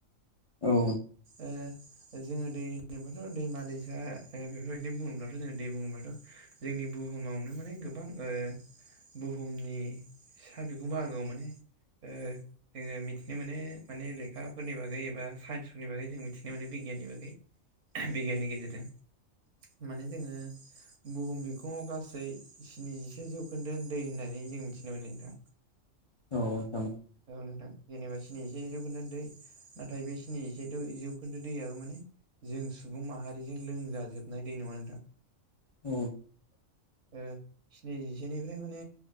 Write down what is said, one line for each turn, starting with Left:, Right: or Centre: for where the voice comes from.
Left: औ
Right: ओ जोङो दै होनोबाथ' दैमा दैसा बेफोरबायदिनो ओ बुङोब्लाथ' जोङो दै बुङोबाथ' जोंनि बुहुमावनो माने गोबां ओ बुहुमनि सा बिखुंबा आगोआव माने ओ जोङो मिथिनो मोनो माने लेखाफोरनि बागै एबा साइन्सफोरनि बागै जों मिथिनो मोनो बि गियानि बागै बिगियाननि गेजेरजों माने जोङो बुुहुम बिखुङाव गासै स्निजिसे जौखोन्दो दै होननानै जों मिथिनो मोनो नोंथां
Left: औ नोंथां
Right: औ नोंथां जेनेबा स्निजिसे जौखोन्दो दै नाथाय बे स्निजिसे जौखोन्दो दैयाबो माने जों सुबुं माहारिजों लोंजाजोबनाय दै नङा नोंथां
Left: औ
Right: ओ स्निजिसेनिफ्राय माने